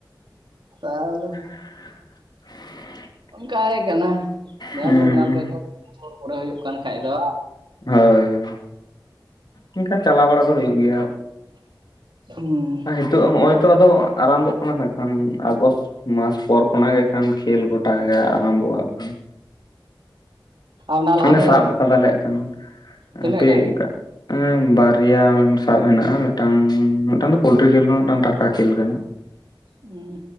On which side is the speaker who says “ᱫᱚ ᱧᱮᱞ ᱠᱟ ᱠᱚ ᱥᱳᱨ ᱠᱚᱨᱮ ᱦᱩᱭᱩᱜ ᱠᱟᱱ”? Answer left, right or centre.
Right